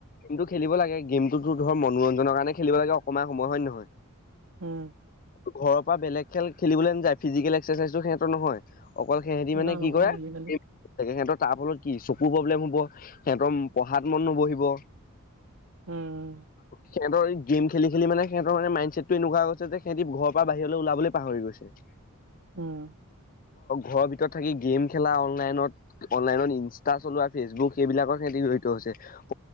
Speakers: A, on the left; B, on the right.
A: গেমটো খেলিব লাগে গেমটোতো ধৰ মনোৰঞ্জনৰ কাৰণে খেলিব লাগে অকণমান সময় হয় নে নহয়? <unintelligible>
B: উম।
A: ঘৰৰ পৰা বেলেগ খেল খেলিবলৈ নাযায় ফিজিকেল এক্সাৰচাইজো সিহঁতৰ নহয়। <unintelligible> অকল সেহঁতি
B: খেলা
A: মানে
B: নহয়
A: কি কৰে,
B: আজিকালি
A: সিহঁতৰ তাৰ ফলত কি চকুৰ প্ৰব্লেম হ'ব, সিহঁতৰ পঢ়াত মন নবহিব,
B: উম।
A: সিহঁতৰ এই গেম খেলি খেলি মানে সিহঁতৰ মাইণ্ডছেটতটো এনেকুৱা হৈ গৈছে যে সেহঁতি ঘৰ পৰা বাহিৰলৈ ওলাবলৈ পাহৰি গৈছে। <unintelligible>
B: উম।
A: ঘৰৰ ভিতৰত থাকি গেম খেলা অনলাইনত অনলাইনত ইনষ্টা চলোৱা ফেচবুক সেইবিলাকৰ সেহঁ তি বেছি জড়িত হৈছে। <unintelligible>